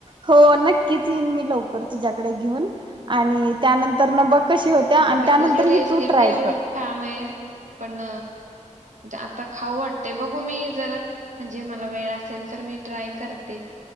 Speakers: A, on the right; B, on the right.
A: हो नक्कीच यीन मी लवकर तुझ्याकडे घेऊन आणि त्यानंतरन बघ कशी होत्या आणि
B: अग
A: त्यानंतर
B: तुझी
A: ही
B: रेसिपी
A: तू ट्राय
B: एवढी
A: कर
B: छान आहे पण आता खाऊ वाट ते बघू मी जरा म्हणजे मला वेळ असेल तर मी ट्राय करते.